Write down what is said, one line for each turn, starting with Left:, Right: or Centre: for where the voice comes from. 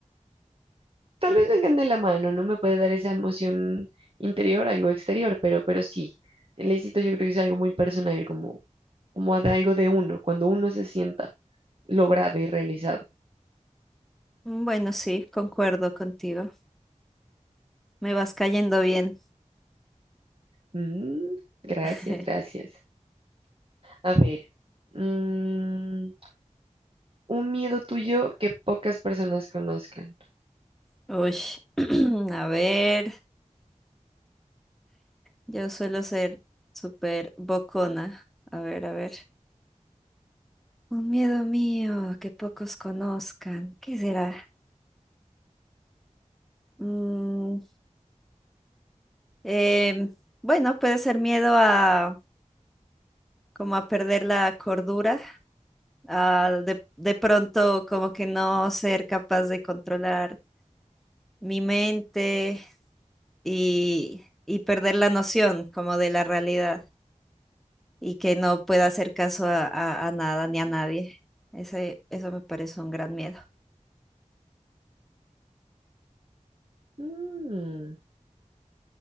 Right: tal vez vengan de la mano, no me puede dar esa emoción interior, algo exterior, pero, pero sí, el éxito yo creo que es algo muy personal, como, como de algo de uno, cuando uno se sienta logrado y realizado.
Centre: Mm, Bueno, sí, concuerdo contigo. Me vas cayendo bien.
Right: Mm, gracias,
Centre: <laughs>
Right: gracias. A ver, mm, un miedo tuyo que pocas personas conozcan.
Centre: Uy, <clears throat> a ver, yo suelo ser súper bocona. A ver, a ver. Un miedo mío que pocos conozcan. ¿Qué será? Mm, em, bueno, puede ser miedo a como a perder la cordura. a de, de pronto como que no ser capaz de controlar mi mente y, y perder la noción como de la realidad y que no pueda hacer caso a, a- a nada ni a nadie. Ese, eso me parece un gran miedo.
Right: Mm,